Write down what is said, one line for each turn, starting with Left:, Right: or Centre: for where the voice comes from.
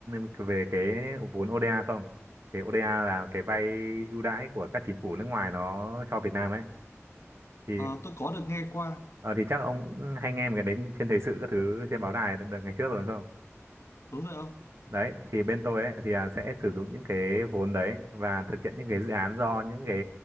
Right: ừ, về cái vốn ODA không cái ODA là cái vay ưu đãi của các chính phủ nước ngoài nó cho Việt Nam ấy thì
Left: Ờ, tôi có được nghe qua,
Right: ờ, thì chắc ông cũng hay nghe một cái đến trên thời sự các thứ trên báo đài đợt đợt ngày trước rồi đúng không
Left: đúng rồi không?
Right: đấy thì bên tôi ấy thì à, sẽ sử dụng những cái vốn đấy và thực hiện những cái dự án do những cái